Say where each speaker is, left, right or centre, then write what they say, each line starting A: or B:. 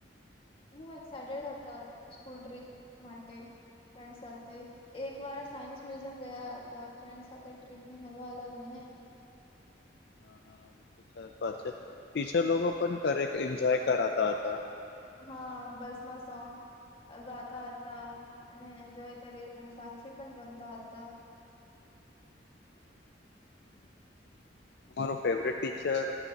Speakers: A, on the left; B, on the left.
A: હમ હ એક્સાઈટેડ હતા સ્કૂલ ટ્રીપ માટે ફ્રેન્ડ સાથે એક વાર સાયન્સ મ્યુઝિયમ ગયા હતા ફ્રેન્ડ સાથે ટ્રીપની મજા અલગ હોય ને <inaudible>
B: હા હા સર વાત છે પીછા લોકો પણ ઘરે એન્જોય કરાતા હતા
A: હા, બસમાં સોંગ ગાતા હતા અને એન્જોય કરી અને સાક્ષી પણ રમતા હતા.
B: તમારો ફેવરેટ ટીચર